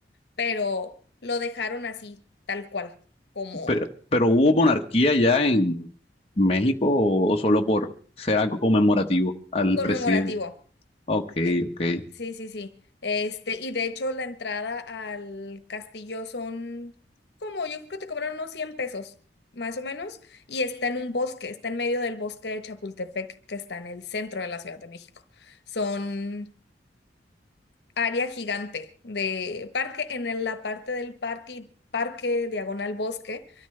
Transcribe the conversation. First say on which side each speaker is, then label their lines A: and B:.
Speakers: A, on the left; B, on the left.
A: pero lo dejaron así, tal cual, como
B: Pero, pero ¿hubo monarquía ya en México o, o solo por ser algo conmemorativo al
A: conmemorativo.
B: presidente? Ok,
A: Eh,
B: ok.
A: sí, sí, sí. Este, y de hecho la entrada al castillo son como, yo creo que te cobraron unos 100 pesos, más o menos, y está en un bosque, está en medio del bosque de Chapultepec, que está en el centro de la Ciudad de México. Son área gigante de parque. En el- la parte del parque, y parque diagonal bosque,